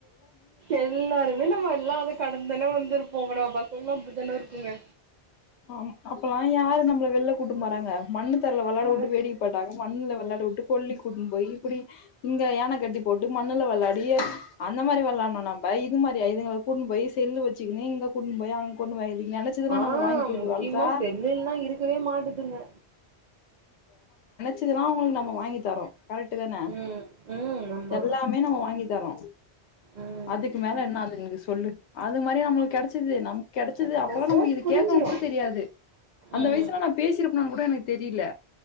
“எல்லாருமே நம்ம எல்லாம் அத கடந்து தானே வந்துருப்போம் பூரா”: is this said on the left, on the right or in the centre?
Right